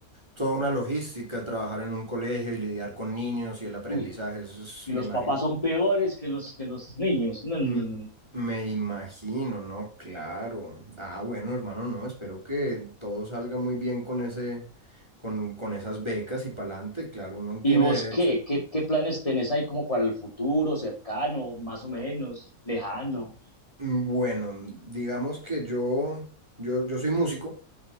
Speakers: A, on the right; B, on the left.
A: toda una logística, trabajar en un colegio y lidiar con niños y el aprendizaje,
B: Uy,
A: eso es,
B: y
A: me
B: los
A: imagino.
B: papás son peores que los, que los niños. No,
A: M-
B: no, no. no. no.
A: Me imagino, ¿no? Claro. Ah, bueno, hermano, no, espero que todo salga muy bien con ese, con, con esas becas y pa'lante, claro, uno
B: ¿Y
A: tiene
B: vos
A: derecho.
B: qué? qué? ¿Qué planes tenés ahí como para el futuro, cercano, más o menos, lejano?
A: Mm, Bueno, digamos que yo, yo, yo soy músico.